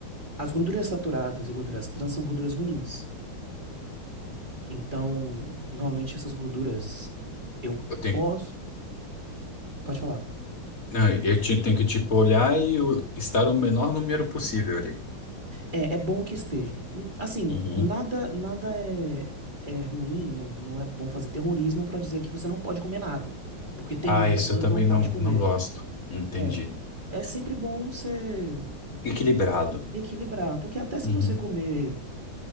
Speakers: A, on the right (about 20°); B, on the left (about 40°).
A: as gorduras saturadas e gorduras trans são gorduras ruins. Então, normalmente essas gorduras eu
B: Eu tenho,
A: posso. Pode falar.
B: ah, eu ti- tenho que, tipo, olhar e eu- estar o menor número possível ali.
A: É, é bom que esteja. N- Assim,
B: Uhum.
A: nada, nada é, é ruim, não, não é bom fazer terrorismo pra dizer que você não pode comer nada. Porque tem
B: Ah,
A: gordura
B: isso
A: trans,
B: eu também
A: não pode
B: não,
A: comer.
B: não gosto. Entendi.
A: É. É sempre bom você
B: Equilibrado.
A: Equilibrar, porque até se
B: Uhum.
A: você comer